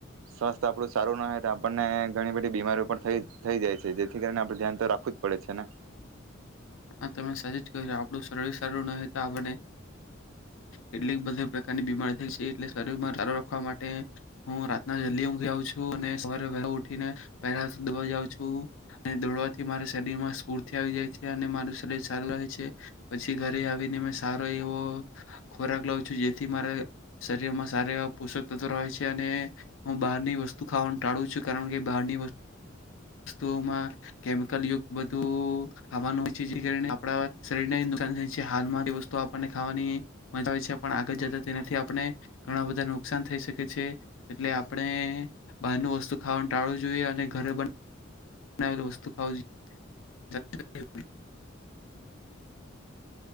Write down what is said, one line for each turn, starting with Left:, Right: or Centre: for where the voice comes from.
Right: સ્વસ્થ આપણું સારું ના હો તો આપણને ઘણી બધી બીમારીઓ પણ થઈ જાય છે જેથી કરીને આપડું ધ્યાન તો રાખવું જ પડે છે ને
Left: આપણું શરીર સારું ન તો આપને કેટલીક બધા પ્રકારની બીમારી થઈ છે એટલે શરીર માં સારું રાખવા માટે હું રાતના જલ્દી ઉઘ આવ છું અને સવારે ઉઠીને પહેલા દોવાઉં છું અને દોડવાથી મારા શરીરમાં સ્ફૂર્તિ આવી જાય છે અને શરીર સારું રહે છે પછી ઘરે આવીને મે સારો એવો ખોરાક લઉ છું જેથી મારા શરીર માં સારા એ પોષક તત્વો રહે છે અને હું બહારની વસ્તુ ખાવાનું ટાળું છું કારણ કે બહારની વસ્તુઓમાં કેમિકલ યુક્ત બધું આવાનું હોય જે કરીને આપણા શરીરને નુકસાન થાય છે હાલમાં વસ્તુ આપણને ખાવાની મજા આવે છે પણ આગળ જતા તેનાથી આપણે ઘણા બધા નુકસાન થઈ શકે છે એટલે આપણે બહારનું વસ્તુ ખાવાનું ટાળવું જોઈએ અને ઘરે બન બનાવેલ વસ્તુ ખાવુ જોઈએ